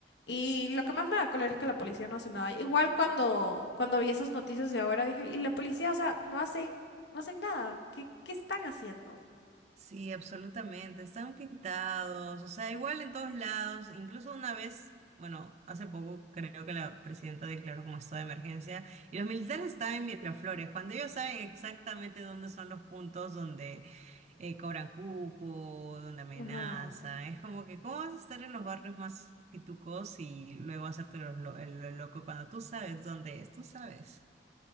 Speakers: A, on the left; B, on the right.
A: Y lo que más me da cólera es que la policía no hace nada. Igual cuando, cuando vi esas noticias de ahora dije, y la policía, o sea, no hacen, no hacen nada. ¿Qué, qué están haciendo?
B: Sí, absolutamente. Están pintados, o sea, igual en todos lados. Incluso una vez, bueno, hace poco creo que la presidenta declaró como estado de emergencia y los militares estaban en Miraflores, cuando ellos saben exactamente dónde son los puntos donde eh, cobran cupo, donde amenazan.
A: Ajá.
B: Es como que, ¿cómo vas a estar en los barrios más pitucos y luego hacerte los lo- el lo loco cuando tú sabes dónde es? Tú sabes.